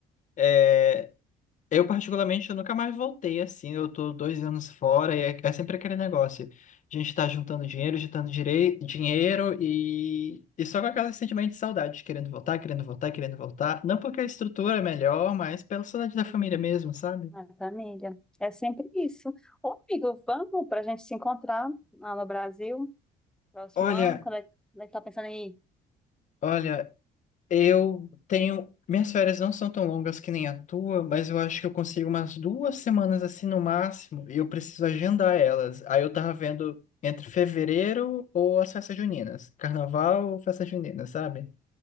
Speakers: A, on the left; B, in the centre.
A: é, eu particularmente eu nunca mais voltei assim. Eu tô dois anos fora e é, é sempre aquele negócio. A gente tá juntando dinheiro, juntando direi- dinheiro e... e só com aquele sentimento de saudade, querendo voltar, querendo voltar, querendo voltar. Não porque a estrutura é melhor, mas pela saudade da
B: Uhum.
A: família mesmo, sabe?
B: Na família. É sempre isso. Ô, amigo, vamos para a gente se encontrar lá no Brasil, próximo
A: Olha,
B: ano, quando é, quando é que tá pensando em ir?
A: olha, Eu tenho. Minhas férias não são tão longas que nem a tua, mas eu acho que eu consigo umas duas semanas assim no máximo, e eu preciso agendar elas. Aí eu tava vendo entre fevereiro ou as festas juninas. Carnaval ou festa junina, sabe?